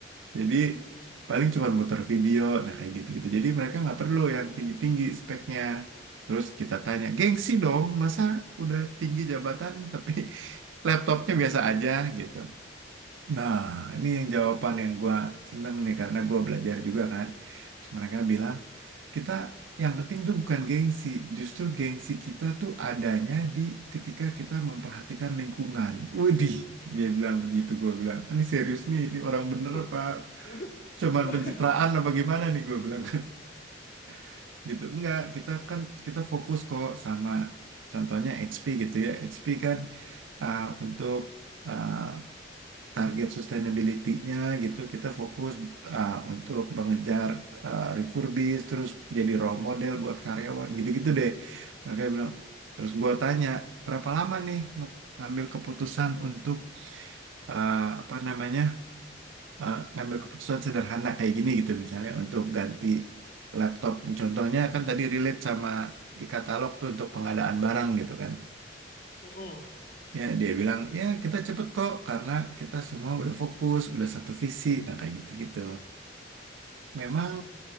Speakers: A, on the right; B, on the left.
A: Jadi paling cuma muter video, nah kayak gitu-gitu. Jadi mereka nggak perlu yang tinggi-tinggi speknya. Terus kita tanya, gengsi dong, masa udah tinggi jabatan tapi <laughs> laptopnya biasa aja gitu. Nah, ini yang jawaban yang gua seneng nih karena gua belajar juga kan. Mereka bilang, kita yang penting tuh bukan gengsi, justru gengsi kita tuh adanya di ketika kita memperhatikan lingkungan. Widih, dia bilang begitu, gua bilang, ini serius nih, ini orang bener
B: <laughs>
A: apa
B: waduh.
A: cuman
B: Wah.
A: pencitraan apa gimana nih gue bilang kan <laughs> gitu enggak kita kan kita fokus kok sama contohnya HP gitu ya HP kan uh, untuk uh, target sustainability-nya gitu kita fokus uh, untuk mengejar uh, refurbish terus jadi role model buat karyawan gitu-gitu deh mereka bilang terus gue tanya berapa lama nih nge- ngambil keputusan untuk uh, apa namanya eh, ngambil keputusan sederhana kayak gini gitu misalnya untuk ganti laptop. Contohnya kan tadi relate sama e-katalog tuh untuk pengadaan barang gitu kan.
B: Mm-mm.
A: Ya dia bilang ya kita cepet kok karena kita semua udah fokus, udah satu visi. Nah kayak gitu-gitu. Memang